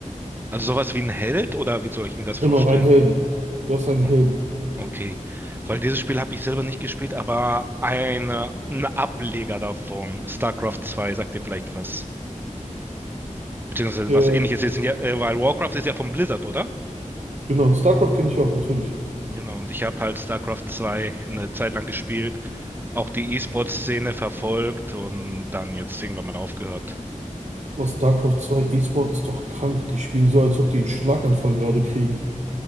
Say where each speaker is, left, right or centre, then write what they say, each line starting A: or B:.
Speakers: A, on the right; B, on the right.
A: Also sowas wie ein Held oder wie soll ich mir das vorstellen?
B: Genau, einen Helden. Du hast einen
A: Oh,
B: Helden.
A: okay. Weil dieses Spiel habe ich selber nicht gespielt, aber eine, ein Ableger davon, StarCraft 2, sagt dir vielleicht was. Beziehungsweise
B: Äh,
A: was ähnliches ist, ja, äh, weil Warcraft ist ja von Blizzard, oder?
B: genau, StarCraft kenne ich auch natürlich.
A: Genau, und ich habe halt StarCraft 2 eine Zeit lang gespielt, auch die E-Sport-Szene verfolgt und dann jetzt irgendwann mal aufgehört.
B: Was StarCraft zwei E-Sport ist doch krank. Die spielen so, als ob die einen Schlaganfall gerade kriegen.